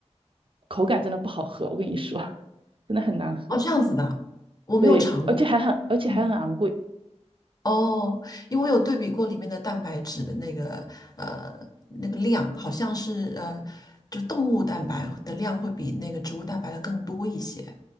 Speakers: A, on the right; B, on the left.
A: 口感真的不好喝，我跟你说，<laughs> 真的很难喝，
B: 哦，这样子的，我没有尝过，
A: 对，而且还很，而且还很昂贵。
B: 嗯，哦，因为我有对比过里面的蛋白质的那个呃那个量，好像是呃就动物蛋白的量会比那个植物蛋白的更多一些，